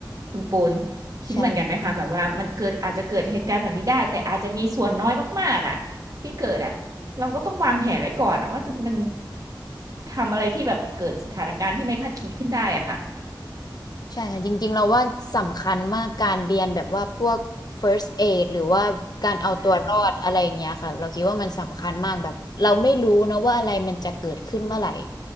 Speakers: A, on the right; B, on the left.
A: คุณปูนคิดเหมือนกันไหมคะแบบว่ามันเกิดอาจจะเกิดเหตุการณ์แบบนี้ได้แต่อาจจะมีส่วนน้อยมากๆอะที่เกิดอะเราก็ต้องวางแผนไว้ก่อนอะว่าจะมัน
B: ใช่
A: ทำอะไรที่แบบเกิดสถานการณ์ที่ไม่คาดคิดขึ้นได้อะค่ะ
B: ใช่ค่ะจริงๆ เราว่าสำคัญมากการเรียนแบบว่าพวก first aid หรือว่าการเอาตัวรอดอะไรอย่างเงี้ยค่ะ
A: อืม
B: เราคิดว่ามันสำคัญมากแบบเราไม่รู้นะว่าอะไรมันจะเกิดขึ้นเมื่อไหร่